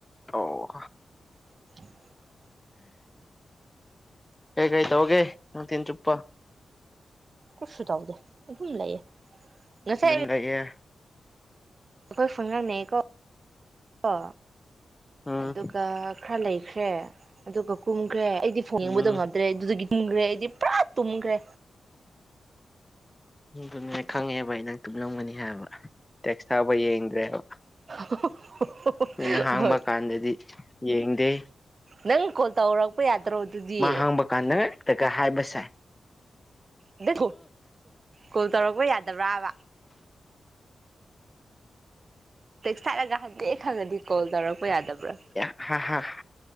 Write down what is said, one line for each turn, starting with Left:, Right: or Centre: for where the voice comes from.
Left: ꯑꯣ
Right: <inaudible>
Left: ꯍꯥ ꯀꯩꯒꯩ ꯇꯧꯒꯦ ꯅꯨꯡꯇꯤꯟ ꯆꯨꯞꯄ
Right: ꯀꯨꯠꯁꯨ ꯇꯧꯗꯦ ꯑꯗꯨꯝ ꯂꯩꯌꯦ ꯉꯁꯥꯏ
Left: ꯑꯗꯨꯝ ꯂꯩꯥꯏꯑꯦ
Right: ꯑꯩꯈꯣꯏ ꯐꯪ ꯉꯟꯅꯩꯀꯣ ꯀꯣ
Left: ꯎꯝ
Right: ꯑꯗꯨꯒ ꯈꯔ ꯂꯩꯈ꯭ꯔꯦ ꯑꯗꯨꯒ ꯀꯨꯝꯈ꯭ꯔꯦ ꯑꯩꯗꯤ ꯐꯣꯡꯅꯤꯡꯕꯗꯣ
Left: ꯎꯝ
Right: ꯉꯝ ꯗ꯭ꯔꯦ ꯑꯗꯨꯗꯒꯤ ꯇꯨꯝꯈ꯭ꯔꯦ ꯑꯩꯗꯤ ꯄꯨꯔꯥ ꯇꯨꯝꯈ꯭ꯔꯦ
Left: ꯑꯗꯨꯅꯦ ꯈꯪꯉꯦꯕ ꯑꯩ ꯅꯪ ꯇꯨꯝꯂꯝꯒꯅꯤ ꯍꯥꯏꯕ ꯇꯦꯛꯁ ꯊꯥꯕ ꯌꯦꯡꯗ꯭ꯔꯦꯕ
Right: <unintelligible>
Left: ꯃꯤꯅ ꯍꯥꯡꯕ
Right: ꯍꯣꯏ
Left: ꯀꯥꯟꯗꯗꯤ ꯌꯦꯡꯗꯦ
Right: ꯅꯪ ꯀꯣꯜ ꯇꯧꯔꯛꯄ ꯌꯥꯗ꯭ꯔꯣ ꯑꯗꯨꯗꯤ
Left: ꯃꯥ ꯍꯥꯡꯕ ꯀꯥꯟꯗꯛꯇꯒ ꯍꯥꯏꯕꯁꯦ
Right: ꯑꯗ ꯀꯣꯜ ꯇꯧꯔꯛꯄ ꯌꯥꯗꯕ꯭ꯔꯥꯕ ꯁꯅꯒ ꯈꯪꯗꯦꯦ ꯈꯪꯉꯗꯤ ꯀꯣꯜ ꯇꯧꯔꯛꯄ ꯌꯥꯗꯕ꯭ꯔꯥ
Left: ꯍ ꯍ